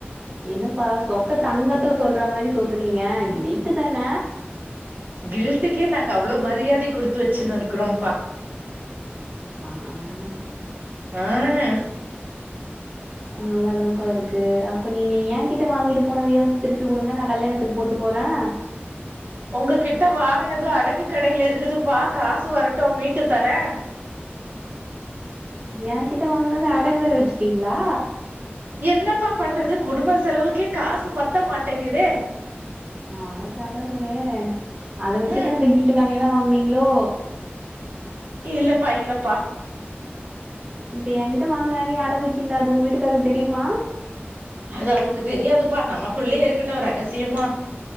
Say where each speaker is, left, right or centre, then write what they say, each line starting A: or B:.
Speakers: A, on the right (about 20°); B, on the right (about 45°).
A: என்னப்பா சொக்க தங்கத்தை சொல்ற மாரி சொல்றீங்க கிழ்ட்டு தான
B: கில்ட்டுக்கே நாங்க அவ்ளோ மரியாதி கொடுத்து வச்சுன்னு இருக்கிறோம்பா
A: ஆஹ்
B: ஆஹ்
A: நல்லாதான்ப்பா இருக்கு அப்ப நீங்க ஏன் கிட்ட வாங்கிட்டு போனதையாவது திருப்பி கொடுங்க நான் கல்யாணத்துக்கு போட்டு போறேன்
B: உங்க கிட்ட வாங்கினது அடகு கடையில இருக்குதுப்பா காசு வரட்டும் மீட்டு தரேன்
A: ஏன் கிட்ட வாங்கினத அடகு வேற வச்சுட்டீங்களா
B: என்னப்பா பண்றது குடும்ப செலவுக்கே காசு பத்த மாட்டேங்குதே
A: அட கடவுளே அதை வச்சுதான்
B: ம்
A: இந்த கில்ட்டு நகைலாம் வாங்குனீங்க ஹலோ
B: இல்லப்பா இல்லப்பா
A: இப்ப என்கிட்ட வாங்கின நகைய அடகு வச்சீங்கள அது உங்க வீட்டுக்காரருக்கு தெரியுமா
B: அது அவருக்கு தெரியாதுப்பா நமக்குள்ளயே இருக்கட்டும் ரகசியமா